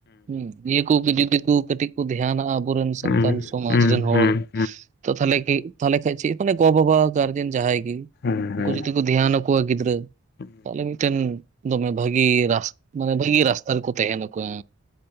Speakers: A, on the right (about 35°); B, on the left (about 50°).
A: ᱦᱮᱸ ᱱᱤ ᱾ ᱩᱱᱠᱩ ᱡᱩᱫᱤ ᱠᱚ ᱠᱟᱹᱴᱤᱡ ᱠᱚ ᱫᱷᱮᱭᱟᱱᱟᱜᱼᱟ ᱟᱵᱚᱨᱮᱱ ᱥᱟᱱᱛᱟᱞ
B: ᱦᱩᱸ
A: ᱥᱚᱢᱟᱡᱽ
B: ᱦᱩᱸ ᱦᱩᱸ
A: ᱨᱮᱱ ᱦᱚᱲ
B: ᱦᱩᱸ
A: ᱾ ᱛᱚ ᱛᱟᱦᱚᱞᱮ ᱠᱤ ᱛᱟᱦᱞᱮ ᱠᱷᱟᱱᱡ ᱪᱮᱫ ᱠᱦᱚᱱ ᱮ ᱜᱚᱟ ᱵᱟᱵᱟ ᱜᱟᱨᱡᱮᱱ ᱡᱟᱦᱟᱸᱭ ᱜᱮᱤ
B: ᱦᱩᱸ
A: ᱩᱱᱠᱩ ᱡᱩᱫᱤ ᱠᱩ ᱫᱷᱮᱭᱟᱱ ᱟᱠᱚᱣᱟ ᱜᱤᱫᱽᱨᱟᱹ
B: ᱦᱩᱸ
A: ᱛᱟᱦᱚᱞᱮ ᱢᱤᱫᱴᱮᱱ ᱾ ᱫᱚᱢᱮ ᱵᱷᱟᱹᱜᱤ ᱨᱟᱥ ᱢᱟᱱᱮ ᱵᱷᱟᱜᱤ ᱨᱟᱥᱛᱟ ᱨᱮᱠᱚ ᱛᱟᱦᱮᱱᱟᱠᱚ ᱾